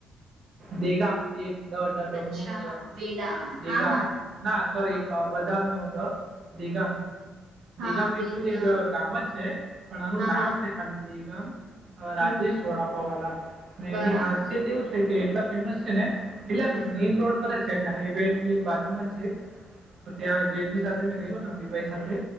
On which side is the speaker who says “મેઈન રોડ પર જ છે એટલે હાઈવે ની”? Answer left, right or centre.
Right